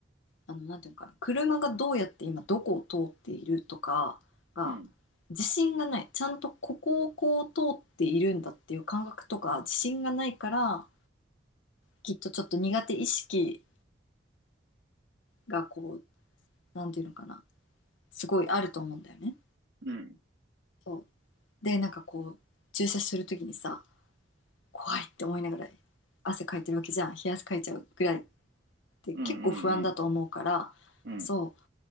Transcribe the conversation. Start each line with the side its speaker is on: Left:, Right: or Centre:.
Left: あの、なんていうのかな、車がどうやって今どこを通っているとかが、
Right: うん、
Left: 自信がない。ちゃんとここをこう通っているんだっていう感覚とか、自信がないから、きっとちょっと苦手意識がこう、なんていうのかな、すごいあると思うんだよね。
Right: うん、
Left: そう。で、なんかこう、注射するときにさ、怖いって思いながら汗かいてるわけじゃん冷や汗かいちゃうぐらいって結構不安だと思うからそう
Right: うん、うん、